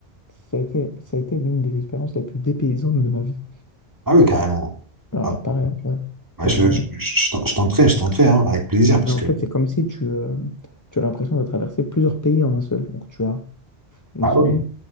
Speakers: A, on the left; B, on the right.
A: ça a été, ça a été l'une des expériences les plus dépaysantes de ma vie.
B: Ah oui, carrément.
A: Alors,
B: Ah, bah,
A: pareil, ouais.
B: bah, je,
A: Euh,
B: je, je, t'en- je tenterai, je tenterai, hein, avec plaisir, parce
A: et en
B: que...
A: fait, c'est comme si tu, euh, tu as l'impression de traverser plusieurs pays en un seul. Donc tu as le
B: Ah
A: soleil,
B: oui.